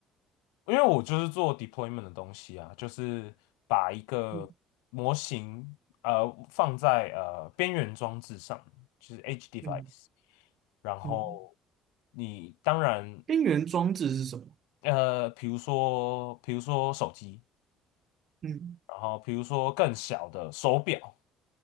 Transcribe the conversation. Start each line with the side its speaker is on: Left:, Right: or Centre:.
Left: 因为我就是做 deployment 的东西啊，就是把一个模型呃放在呃边缘装置上，
Right: 嗯
Left: 就是 edge device，
Right: 嗯
Left: 然后
Right: 嗯
Left: 你当然
Right: 边缘装置是什么？
Left: 呃，比如说比如说手机，
Right: 嗯
Left: 然后比如说更小的手表，